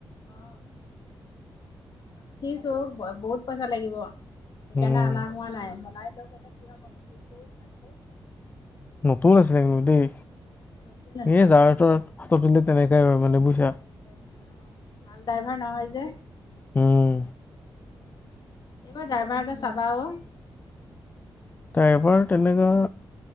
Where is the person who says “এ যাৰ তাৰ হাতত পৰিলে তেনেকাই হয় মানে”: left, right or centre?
Left